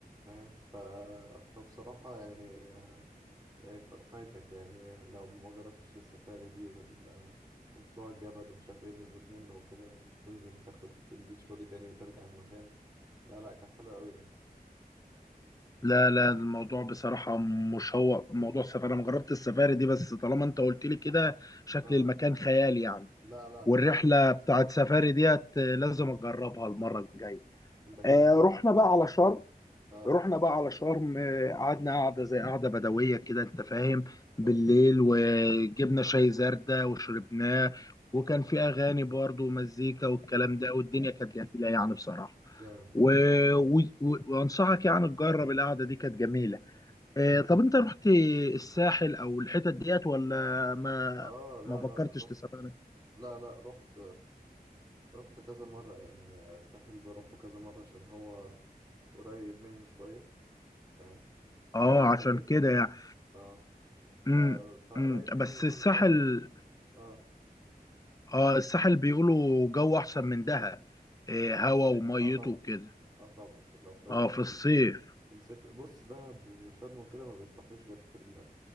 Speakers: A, on the right; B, on the left.
A: فاهم ف... فبصراحة يعني يعني ف- فايتك يعني لو ما جربتش السفاري دي وال... وطلوع الجبل ومش عارف ايه النزول منه وكده وتنزل تاخد البيتش باجي تاني وترجع على المكان لا لا كانت حلوة أوي يعني
B: لا لا الموضوع بصراحة مشوق موضوع السفاري أنا ما جربت السفاري دي بس طالما أنت قلت لي كده شكل
A: اه
B: المكان خيالي يعني
A: لا لا
B: والرحلة
A: حلو
B: بتاعت سفاري ديت آه، لازم أجربها المرة الجاية
A: انت كده
B: آه
A: كده
B: رحنا بقى على شرم
A: اه
B: رحنا بقى على شرم آه، قعدنا قعدة زي قعدة بدوية كده أنت فاهم بالليل
A: حلو
B: وجبنا شاي زردة وشربناه وكان
A: حلو
B: في أغاني برضو ومزيكا والكلام ده والدنيا كانت جميلة يعني بصراحة
A: جامد
B: و... و... و- وأنصحك يعني تجرب القعدة دي كانت جميلة إيه، طب انت رحت الساحل او الحتت ديت ولا ما
A: اه لا
B: ما فكرتش
A: لا لا رحت
B: تسافر
A: لا لا رحت رحت كذا مرة يعني الساحل بروحه كذا مرة عشان هو قريب مني شوية فاهم لأن
B: اه
A: أنا
B: عشان
A: ساكن
B: كده
A: في زايد
B: يعني
A: اه
B: امم
A: ف... فقريب
B: امم
A: مني
B: بس
A: وكل
B: الساحل
A: شوية بقى اه
B: اه الساحل بيقولوا جو احسن من دهب إيه،
A: لا في
B: هوا
A: الصيف
B: وميته
A: اه طبعا
B: وكده
A: اه طبعا في لو في,
B: اه في الصيف
A: في, في الصيف بص دهب وشرم وكده ما بيطرحوش غير في ال...